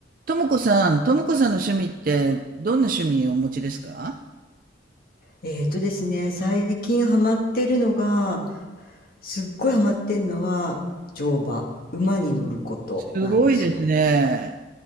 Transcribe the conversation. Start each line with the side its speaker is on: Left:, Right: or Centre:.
Right: ともこさん、ともこさんの趣味って、どんな趣味をお持ちですか
Left: えーとですね、最近ハマってるのが、すっごいハマってんのは、乗馬、馬に乗ることなんですよ。
Right: すごいですね。